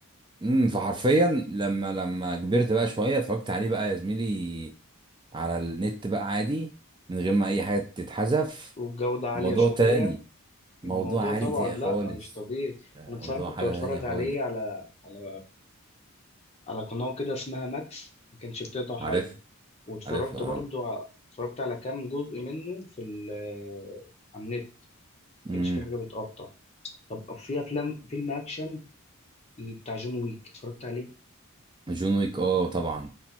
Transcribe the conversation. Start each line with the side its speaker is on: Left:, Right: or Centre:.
Right: امم فحرفيا لما لما كبرت بقى شويه اتفرجت عليه بقى يا زميلي على النت بقى عادي من غير ما اي حاجه تتحذف
Left: والجودة عالية
Right: موضوع
Left: شوية
Right: تاني موضوع
Left: الموضوع
Right: عالي
Left: طبعا
Right: تا- خالص
Left: لا مش طبيعي
Right: آه،
Left: انا بصراحة
Right: موضوع
Left: كنت
Right: حاجه
Left: بتفرج
Right: تانية خالص
Left: عليه على على على قناة كده اسمها ماكس ما كانش بتقطع حاجة
Right: عارف
Left: واتفرجت
Right: عارف اه
Left: برضو ع- اتفرجت على كام جزء منه في ال آه، على النت ما
Right: امم
Left: كانش في حاجة بتقطع طب في أفلام فيلم أكشن بتاع جون ويك اتفرجت عليه
Right: جون ويك اه طبعا